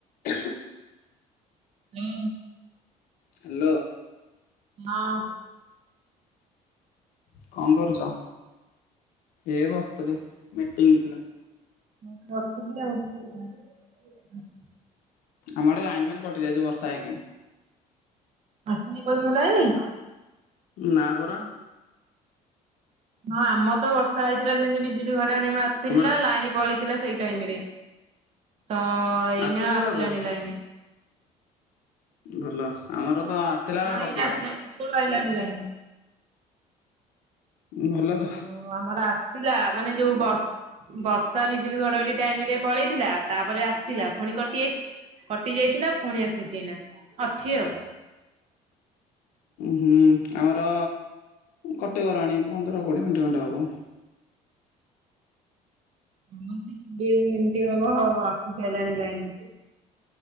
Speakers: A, on the left (about 75°); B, on the right (about 45°).
A: ହ
B: ହଁ।
A: ହ୍ୟାଲୋ।
B: ହଁ।
A: କଣ କରୁଛ ଏ ବସିଥିଲି ମିଟିଂ ଥିଲା।
B: ମୁଁ ତ ବସିଥିଲି ଆଉ <unintelligible>
A: ଆମର ଏଠେ ଲାଇନ୍ ଫାଇନ୍ କଟି ଯାଇଛି ବର୍ଷା ହେଇକି।
B: ଆସିନି ଏପନ୍ତ ଲାଇନି?
A: ନା ପରା।
B: ହଁ ଆମ ତ ବର୍ଷା ହେଇଥିଲା ସେମିତି ବିଜୁଳି ଘଡଘଡି ମାରୁଥିଲା
A: ଆମର
B: ଲାଇନ୍ ପଳେଇଥି ଥିଲା ସେଇ ଟାଇମରେ, ତ ଏଇନା
A: ଆସିଛି
B: ଆସିଲାଣି
A: ତାପରେ
B: ଲାଇନ
A: ଭଲ, ଆମର ତ ଆସିଥିଲା
B: ହଁ
A: କଟିଗଲା।
B: ଏଇ ଆସିଲ ଲହିଲଣି ଲାଇନ
A: ଭଲ ତ
B: ଓହୋ, ଆମର ଆସିଥିଲା ମାନେ ଯୋଉ ବସ୍ ବର୍ଷା ବିଜୁଳି ଘଡଘଡି ଟାଇମରେ ପଳେଇଥିଲା, ତାପରେ ଆସିଥିଲା, ପୁଣି କଟି କଟି ଯାଇଥିଲା, ପୁଣି ଆସିଛି ନା ଅଛି ଆଉ
A: ହୁଁ ଆମର କଟିଗଲାଣି ପନ୍ଦର କୋଡ଼ିଏ ମିନିଟ୍ ଖଣ୍ଡେ ହେବ।
B: <inaudible> ମତି ହବ ହଉ ଆସ ହେଲାଣି ଲାଇନ।